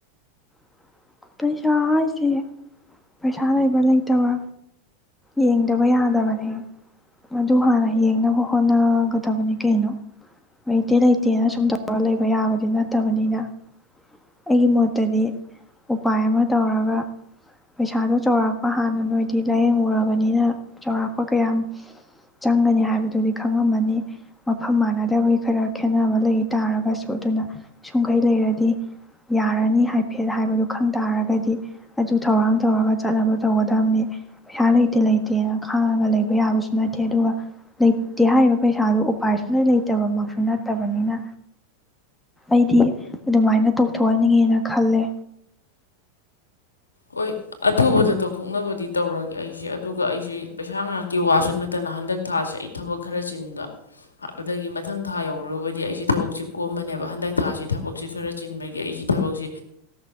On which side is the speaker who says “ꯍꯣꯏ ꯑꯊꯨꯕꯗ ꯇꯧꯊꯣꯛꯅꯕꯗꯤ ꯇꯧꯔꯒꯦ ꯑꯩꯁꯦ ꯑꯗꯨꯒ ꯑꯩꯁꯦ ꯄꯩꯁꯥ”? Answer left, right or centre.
Left